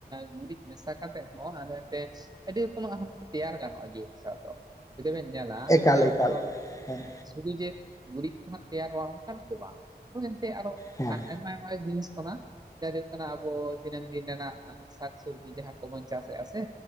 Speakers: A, on the right (about 25°); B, on the left (about 20°).
A: ᱜᱩᱨᱤᱡ ᱢᱮᱥᱟ ᱠᱟᱛᱮᱫ ᱦᱚᱸ ᱟᱫᱚ ᱮᱱᱛᱮ ᱟᱹᱰᱤ ᱨᱚᱠᱚᱢᱟᱜᱛᱮ ᱛᱮᱭᱟᱨ ᱜᱟᱱᱚᱜᱼᱟ ᱡᱩᱭᱵᱚ ᱥᱟᱨ ᱫᱚ ᱡᱩᱫᱤ ᱵᱮᱱ ᱧᱮᱞᱟ
B: ᱮᱠᱟᱞ
A: ᱡᱟᱦᱟᱸ
B: ᱮᱠᱟᱞ
A: ᱫᱚ
B: ᱦᱮᱸ
A: ᱦᱩ ᱡᱮ ᱜᱩᱨᱤᱡ ᱠᱷᱚᱱᱟᱜ ᱛᱮᱭᱟᱨᱚᱜᱼᱟ ᱚᱱᱠᱟᱱᱟᱜ ᱫᱚ ᱵᱟᱝ ᱮᱱᱛᱮ ᱟᱨᱦᱚ
B: ᱦᱮᱸ
A: ᱟᱨ ᱟᱭᱢᱟ ᱟᱭᱢᱟ ᱡᱤᱱᱤᱥ ᱠᱟᱱᱟ ᱡᱟᱦᱟᱸ ᱦᱩᱭᱩᱜ ᱠᱟᱱᱟ ᱟᱵᱚ ᱫᱤᱱᱟᱹᱢ ᱫᱤᱱ ᱨᱮᱱᱟᱜ ᱥᱟᱠᱥᱚᱵᱽᱡᱤ ᱡᱟᱦᱟᱸ ᱠᱚᱵᱚᱱ ᱪᱟᱥᱮᱫᱼᱟ ᱥᱮ